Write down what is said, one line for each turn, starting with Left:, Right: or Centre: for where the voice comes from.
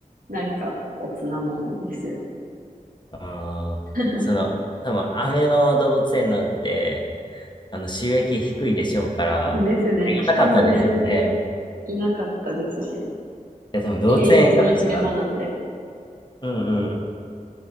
Right: なんか、おつなもんですよ。
Left: あーその、
Right: <laughs>
Left: 多分、雨の動物園なんて、あの、収益低いでしょうから、
Right: ですね。
Left: ありがたかったでしょうね。
Right: 人も全然いなかったですし、
Left: いや、多分動物園からしたら、
Right: 平日の昼間なんで、
Left: うんうん。